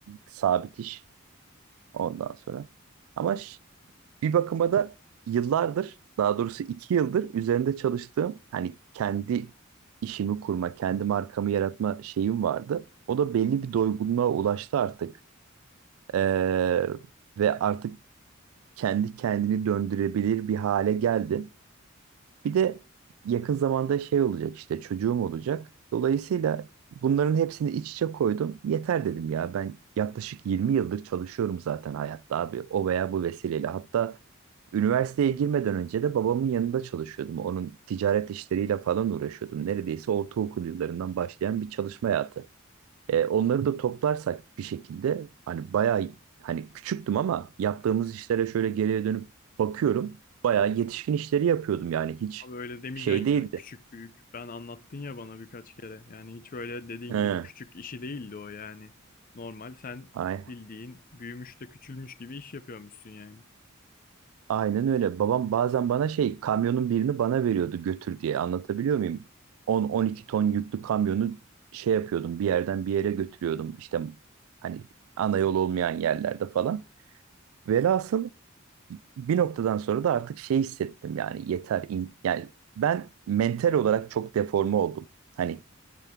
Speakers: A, on the right (about 80°); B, on the left (about 40°).
A: sabit iş ondan sonra. Ama ş- bir bakıma da yıllardır daha doğrusu iki yıldır üzerinde çalıştığım hani kendi işimi kurma, kendi markamı yaratma şeyim vardı. O da belli bir doygunluğa ulaştı artık. Ee, ve artık kendi kendini döndürebilir bir hale geldi. Bir de yakın zamanda şey olacak işte çocuğum olacak. Dolayısıyla bunların hepsini iç içe koydum. Yeter dedim ya ben yaklaşık 20 yıldır çalışıyorum zaten hayatta abi o veya bu vesileyle. Hatta üniversiteye girmeden önce de babamın yanında çalışıyordum. Onun ticaret işleriyle falan uğraşıyordum. Neredeyse ortaokul yıllarından başlayan bir çalışma hayatı. E, onları da toplarsak bir şekilde hani bayağı hani küçüktüm ama yaptığımız işlere şöyle geriye dönüp bakıyorum. Bayağı yetişkin işleri yapıyordum yani hiç
B: Abi öyle demeyeceksin
A: şey değildi.
B: ya küçük büyük. Ben anlattın ya bana birkaç kere. Yani hiç öyle dediğin
A: He,
B: gibi küçük işi değildi o yani. Normal sen
A: ay,
B: bildiğin büyümüş de küçülmüş gibi iş yapıyormuşsun yani.
A: aynen öyle. Babam bazen bana şey kamyonun birini bana veriyordu götür diye anlatabiliyor muyum? 10-12 ton yüklü kamyonu şey yapıyordum bir yerden bir yere götürüyordum işte hani ana yol olmayan yerlerde falan. Velhasıl bir noktadan sonra da artık şey hissettim yani yeter in- yani ben mental olarak çok deforme oldum. Hani